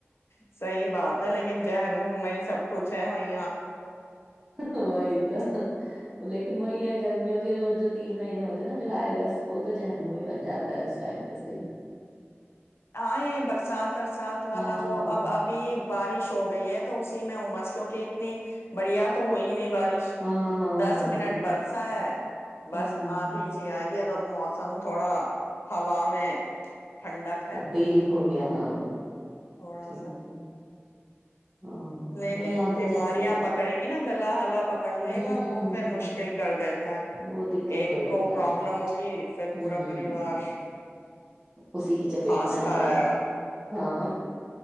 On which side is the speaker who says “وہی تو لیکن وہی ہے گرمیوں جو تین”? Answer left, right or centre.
Right